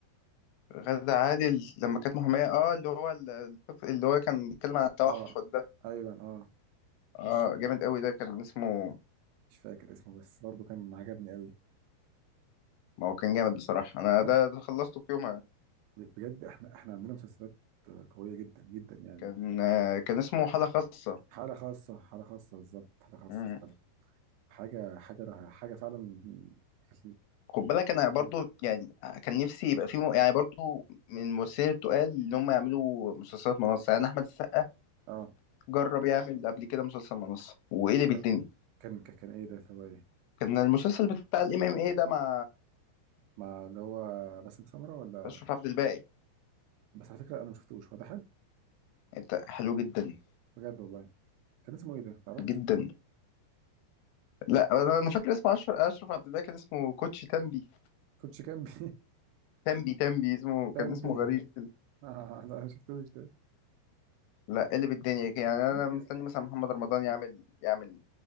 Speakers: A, on the left (about 80°); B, on the right (about 80°).
A: غادة عادل لما كانت محامية اه اللي هو ال- الطفل اللي هو كان بيتكلم عن التوحد
B: اه
A: ده
B: ايوه اه
A: اه
B: مش
A: جامد قوي ده كان اسمه
B: مش فاكر اسمه بس برضه كان عجبني قوي
A: ما هو كان جامد بصراحة انا
B: لا
A: ده ده خلصته في يوم
B: بجد احنا احنا عندنا مسلسلات قوية جدا جدا يعني
A: كان كان اسمه حالة خاصة
B: حالة خاصة حالة خاصة بالظبط حالة خاصة
A: مم.
B: فعلا حاجة حاجة حاجة فعلا في
A: خد بالك انا برضو
B: ال-
A: يعني كان نفسي يبقى في م... يعني برضو من الممثلين التقال ان هم يعملوا مسلسلات منصة يعني احمد السقا
B: اه
A: جرب يعمل قبل كده مسلسل منصة وقلب
B: لا
A: الدنيا
B: كان كان كان ايه ده اللي هو ايه
A: كان المسلسل بتاع الام ام اي ده مع
B: مع اللي هو باسم سمرة ولا
A: اشرف عبد الباقي
B: بس على فكرة انا ما شفتوش هو ده حلو
A: انت حلو جدا
B: بجد والله كان اسمه ايه ده ما تعرفش
A: جدا لا انا أنا فاكر اسمه أشرف... اشرف عبد الباقي كان اسمه كوتش تنبي
B: كوتش كامبي
A: تنبي تنبي اسمه
B: <laughs> كامبي
A: كان اسمه غريب كده
B: آه لا ما شفتوش ده
A: لا قلب الدنيا يعني انا
B: ممكن
A: مستني مثلا محمد رمضان يعمل يعمل